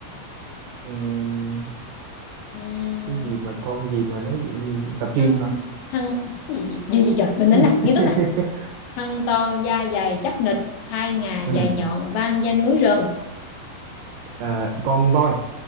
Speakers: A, on the right; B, on the left.
A: Ừm,
B: Ừm,
A: cái gì mà con gì mà nó tập gym
B: thân
A: hả
B: thân gì, gì, gì, gì trời mình tính nè
A: <laughs>
B: nghiêm túc nè thân to da dày chắc nịch hai ngà
A: ừ
B: dài nhọn vang danh núi rừng
A: à, con voi